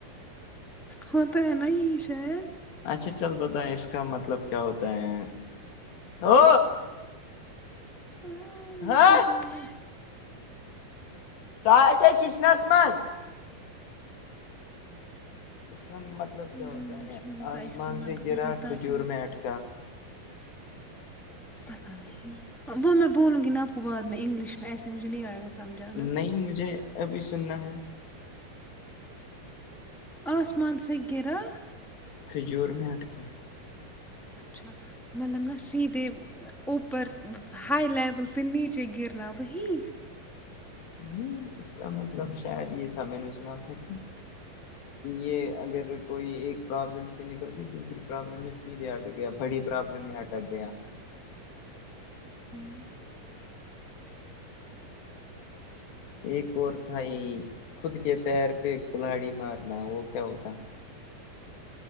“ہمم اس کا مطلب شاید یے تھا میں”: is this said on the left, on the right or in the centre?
Left